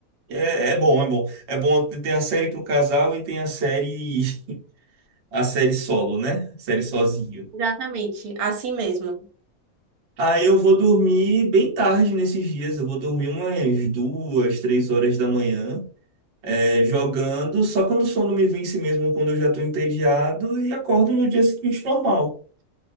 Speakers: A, on the right; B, on the right.
A: é, é bom, é bom. É bom ter a série pro casal e tem a série, <laughs> a série solo, né? Série sozinho.
B: Exatamente, assim mesmo.
A: Aí eu vou dormir bem tarde nesses dias. Eu vou dormir umas duas, três horas da manhã, é, jogando. Só quando o sono me vence mesmo, quando eu já estou entediado e acordo no dia seguinte normal.